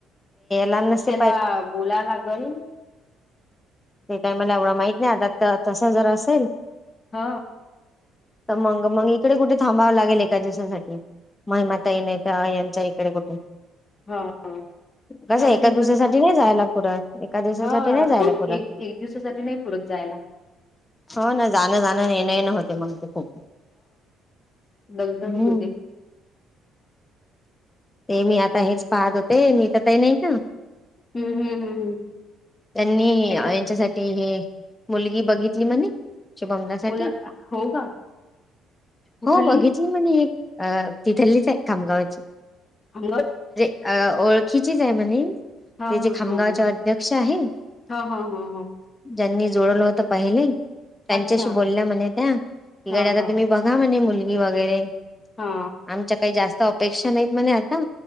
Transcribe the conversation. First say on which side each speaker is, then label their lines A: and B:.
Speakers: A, on the left; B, on the left.
A: ल नसे
B: तला बोला लागल
A: ते काही मला एवढं माहित नाही आता तर तस जर असेल
B: ह
A: तर मंग मंग इकडे कुठे थांबावं लागेल एका दिवसासाठी महिमाता ये नता यांच्या इकडे कुठे
B: हा हा
A: कसं
B: चालते
A: एका दिवसासाठी
B: तस
A: नाही जायला पुरत एका दिवसासाठी
B: हा
A: नाही जायला
B: एक
A: पुरत
B: एक दिवसासाठी नाही पुरक ज ला
A: हो ना जाणं जाणं येण न होते मग ते खूप
B: दलदली
A: हम्म
B: होती
A: ते मी आता हेच पाहत होते मी तर तेही नाही का
B: हम्म हम्म हम्म हम्म
A: त्यांनी
B: त्यांच्या
A: यांच्यासाठी हे मुलगी बघितली म्हणे बंगल्यासाठी
B: कोणा हो का कुठली
A: हो बघितली म्हणे एक अ तिथलीच आहे खामगावाची
B: हंग
A: अ ओळखीची ज आहे म्ह
B: हा
A: ते जे
B: हा
A: खामगावचे
B: हा ह
A: अध्यक्ष आहेत
B: हा हा हा हा
A: ज्यांनी जोडवलं होत पहिले त्यांच्याशी
B: अच्छा
A: बोलल्या म्हणे त्या इकडे
B: हा
A: आता
B: हा
A: तुम्ही बघा म्हणे मुलग वगैरे
B: हा
A: आमच्या काही जास्त अपेक्षा नाहीत म्हणे आता.